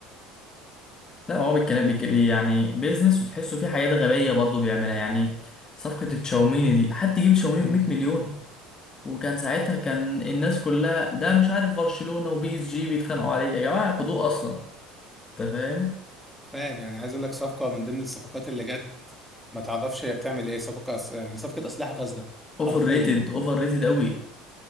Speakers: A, on the left; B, in the centre.
A: لا هو بالكلام بيك- بي- يعني بيزنس وتحسه فيه حاجات غبية برضه بيعملها يعني صفقة التشاوميني دي حد يجيب تشاوميني
B: امم
A: بمية مليون وكان ساعتها كان الناس كلها ده مش عارف برشلونة وبي اس جي بيتخانقوا عليه يا جماعة خدوه أصلا أنت فاهم
B: فاهم يعني عايز اقول لك صفقه من ضمن الصفقات اللي جت ما تعرفش هي بتعمل ايه صفقه أس... يعني صفقه اسلحه فاسده حرفيا
A: اوفر ريتد اوفر ريتد قوي